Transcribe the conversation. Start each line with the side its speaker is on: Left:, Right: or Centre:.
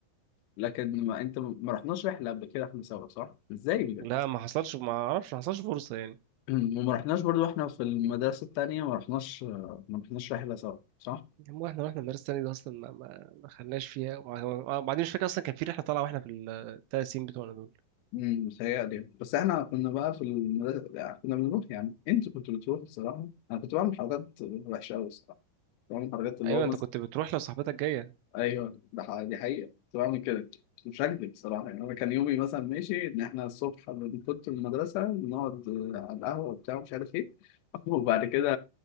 Left: لكن ما انت ما رحناش رحله قبل كده احنا سوا صح؟ ازاي بجد؟
Right: لا ما حصلش ما اعرفش ما حصلش فرصة يعني
Left: <clears throat> وما رحناش برضو احنا في المدرسه التانيه ما رحناش ما رحناش رحله سوا صح؟
Right: هو احنا واحنا المدرسة التانية دي اصلا ما, ما... ما خلناش فيها وبعد- وبعدين مش فاكر اصلا كان في رحلة طالعة واحنا في الثلاث سنين بتوعنا دول
Left: امم متهيألي بس احنا كنا بقى في المدرسة يعني كنا بنروح يعني انت كنت بتروح الصراحة انا كنت بعمل حركات وحشة أوي الصراحة كنت بعمل حركات اللي
Right: ايوه
Left: هو
Right: انت
Left: مثلا
Right: كنت بتروح لو صاحبتك جاية
Left: ايوه ده ح- دي حقيقة كنت بعمل كده مش هكدب الصراحة يعني انا كان يومي مثلا ماشي ان احنا الصبح كنت في المدرسة بنقعد آه، على القهوة وبتاع مش عارف ايه <laughs> وبعد كده